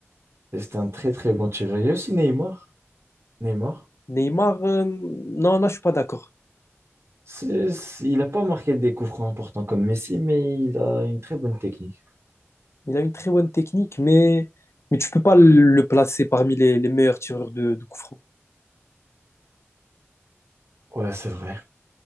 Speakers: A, on the right; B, on the left.
A: Et c'était un très très bon tireur. Il y a aussi Neymar. Neymar,
B: Neymar, euh, non, là, je suis pas d'accord.
A: c'est, c'est- il a pas marqué des coups francs importants comme Messi, mais il a une très bonne technique.
B: Il a une très bonne technique, mais, mais tu peux pas le placer parmi les, les meilleurs tireurs de, de coup franc.
A: Ouais, c'est vrai.